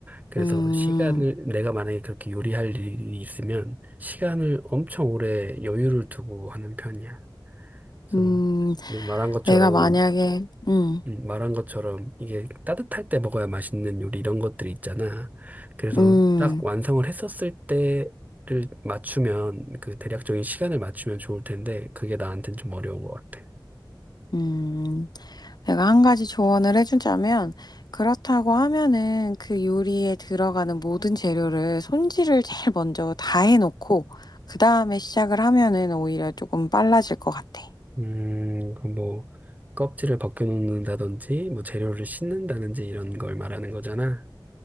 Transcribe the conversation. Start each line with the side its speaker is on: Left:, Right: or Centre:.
Right: 그래서
Left: 음.
Right: 시간을, 내가 만약에 그렇게 요리할 일이 있으면 시간을 엄청 오래 여유를 두고 하는 편이야. 그래서
Left: 음,
Right: 네 말한 것처럼
Left: 내가 만약에, 음,
Right: 음, 말한 것처럼 이게 따뜻할 때 먹어야 맛있는 요리 이런 것들이 있잖아. 그래서
Left: 음,
Right: 딱 완성을 했었을 때를 맞추면 그 대략적인 시간을 맞추면 좋을 텐데 그게 나한테는 좀 어려운 것 같아.
Left: 음, 내가 한 가지 조언을 해주자면, 그렇다고 하면은 그 요리에 들어가는 모든 재료를 손질을 제일 먼저 다 해놓고, 그 다음에 시작을 하면은 오히려 조금 빨라질 것 같아.
Right: 음, 그뭐 껍질을 벗겨놓는다든지 뭐 재료를 씻는다든지 이런 걸 말하는 거잖아.